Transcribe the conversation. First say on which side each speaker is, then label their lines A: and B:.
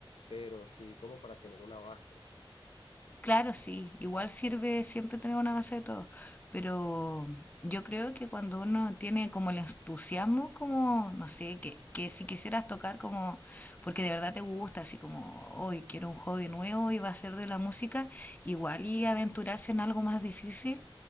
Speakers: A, on the left; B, on the left.
A: pero sí como para tener una base.
B: Claro, sí, igual sirve siempre tener una base de todo, pero yo creo que cuando uno tiene como el entusiasmo, como, no sé, que, que si quisieras tocar como, porque de verdad te gusta, así como, hoy quiero un hobby nuevo y va a ser de la música, igual y aventurarse en algo más difícil,